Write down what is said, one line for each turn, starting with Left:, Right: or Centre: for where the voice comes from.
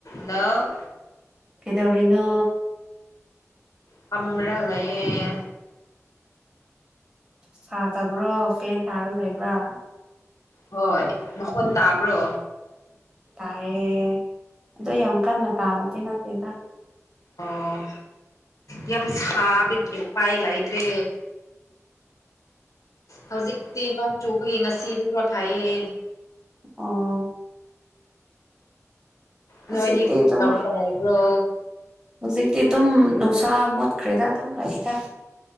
Left: ꯂꯣ
Right: ꯀꯩꯗꯧꯔꯤꯅꯣ
Left: ꯐꯝꯔꯥꯒ ꯂꯩꯌꯦ
Right: ꯁꯈꯔꯥꯕ꯭ꯔꯣ ꯐꯦꯟ ꯊꯥꯔꯒ ꯂꯩꯕ꯭ꯔꯥ
Left: ꯍꯣꯏ ꯃꯈꯣꯟ ꯇꯥꯕ꯭ꯔꯣ
Right: ꯇꯥꯏꯌꯦ ꯑꯗꯣ ꯌꯥꯝ ꯀꯟꯅ ꯇꯥꯕꯗꯤ ꯅꯠꯇꯦꯗ
Left: ꯑꯣ ꯌꯥꯝ ꯁꯥꯕꯒꯤ ꯎꯄꯥꯏ ꯂꯩꯇ꯭ꯔꯦ ꯍꯧꯖꯤꯛꯇꯤ ꯅꯣꯡ ꯆꯨꯕꯥꯒꯤ ꯉꯁꯤꯗꯤ ꯄꯣꯠꯊꯥꯏꯌꯦ
Right: ꯑꯣ ꯍꯧꯖꯤꯛꯇꯤ
Left: ꯅꯣꯏꯗꯤ ꯀꯩꯗꯧꯔꯒ
Right: ꯑꯗꯨꯝ
Left: ꯂꯩꯕ꯭ꯔꯣ
Right: ꯍꯧꯖꯤꯛꯇꯤ ꯑꯗꯨꯝ ꯅꯨꯡꯁꯥ ꯃꯨꯠꯈ꯭ꯔꯦꯗ ꯑꯗꯨꯝ ꯂꯩꯗ